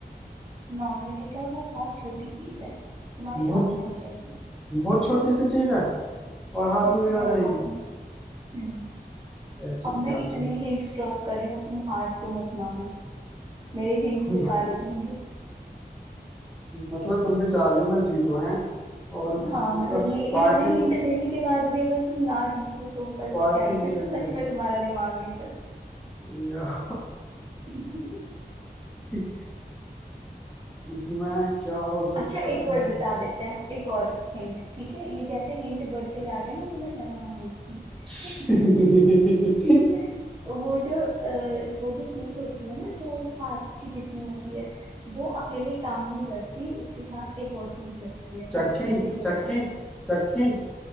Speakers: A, on the right (about 30°); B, in the centre.
A: नॉन लिविंग है वो बहुत छोटी चीज है तुम्हारे
B: बहुत
A: हाथ में आ जाएगी
B: बहुत छोटी सी चीज है और हाथ
A: हम्म,
B: में भी
A: तुम्हारे
B: आ जाएगी
A: हाथ में हम्म
B: ऐसी
A: अब
B: क्या
A: मैं इतने
B: चीज
A: हिंट्स ड्रॉप कर रही हूँ अब तुम हार तो मत मानो मेरे हिंट्स
B: <laughs>
A: बेकार हो जाएंगे
B: मतलब तुम भी चाह रही हो मैं जीतूं हैं और मतलब
A: हाँ मतलब ये
B: पार्टी
A: इतने हिंट देने के बाद भी अगर तुम ना जीतो तो बस
B: पार्टी
A: क्या ही
B: मुझे
A: फिर तो
B: मिले
A: सच में तुम्हारा दिमाग नहीं
B: यार
A: <laughs>
B: <laughs> इसमें क्या हो सकता
A: अच्छा एक और
B: है
A: बता देते हैं एक और हिंट ठीक है ये जैसे हिंट बढ़ते जा रहे हैं ना तुम्हें शर्म आनी चाहिए
B: <laughs>
A: <laughs> वो जो अ, वो जो चीज होती है ना जो हाथ की जितनी होती है वो अकेले काम नहीं करती उसके साथ एक और चीज लगती है
B: चक्की
A: तब उनकी जोड़ी
B: चक्की
A: कम
B: चक्की